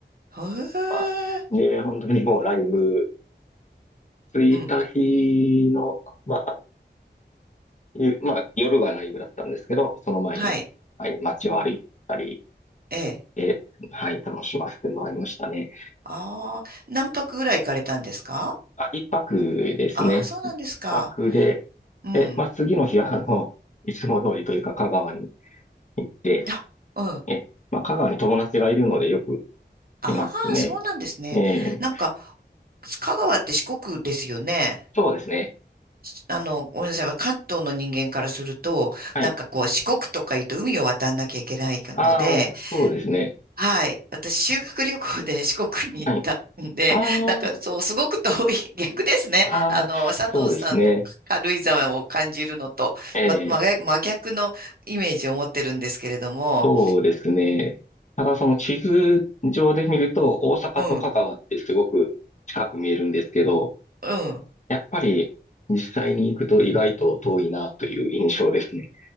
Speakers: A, on the right; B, on the left.
A: へえ
B: とか。で、本当にもうライブ、着いた日の、
A: うん。
B: まいう、まあ、夜がライブだったんですけど、その前に、
A: はい。
B: はい、街を歩いたり
A: ええ。
B: で、はい、楽しませてもらいましたね。
A: ああ、何泊ぐらい行かれたんですか
B: あ、一泊ですね。
A: ああー、そうなんですか。
B: 一泊で、
A: うん。
B: で、まあ、次の日は、あの、いつも通りというか、香川に行って、
A: あ、うん。
B: え、まあ、香川に友達がいるのでよく
A: ああ、
B: いますね。
A: そうなんですね。
B: ええ
A: なんか、香川って四国ですよね。
B: そうですね。
A: しあの、ごめんなさい。関東の人間からすると、
B: はい。
A: なんかこう、四国とか言うと海を渡んなきゃいけないので、
B: ああ、そうですね。
A: はい。私、修学旅行で四国に行ったんで、
B: はい。あ
A: なんかそう、すごく遠い、<laughs> 逆ですね。
B: あ、
A: あの、
B: ああ、
A: 佐藤さんの軽井沢を感じるのと、
B: そうですね。ええ
A: ま、真逆真逆のイメージを持ってるんですけれども、
B: そうですね。ただその地図上で見ると大阪と香川ってすごく近く見えるんですけど、
A: うん、うん。
B: やっぱり実際に行くと意外と遠いなという印象ですね。